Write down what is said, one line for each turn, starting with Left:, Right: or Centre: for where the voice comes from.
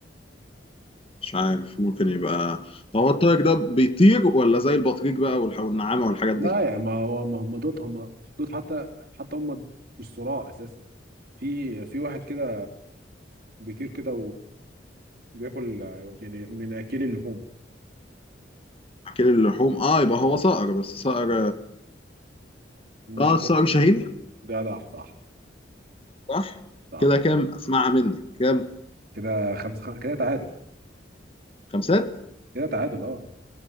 Left: مش عارف ممكن يبقى طب هو الطائر ده بيطير ولا زي البطريق بقى والح- والنعامه والحاجات
Right: لا
Left: دي
Right: يا ما هو ما هم دوت هم دوت حتى حتى هم مش صراع اساسا في في واحد كده بيطير كده وبياكل آه، يعني من اكل اللحوم
Left: اكل اللحوم اه يبقى هو صقر بس صقر
Right: مش
Left: اه
Right: عارف-
Left: الصقر شاهين
Right: جدع صح
Left: صح
Right: صح
Left: كده كام اسمعها منك كام
Right: كده خمسة خم... كده تعادل
Left: خمسات
Right: كده تعادل اه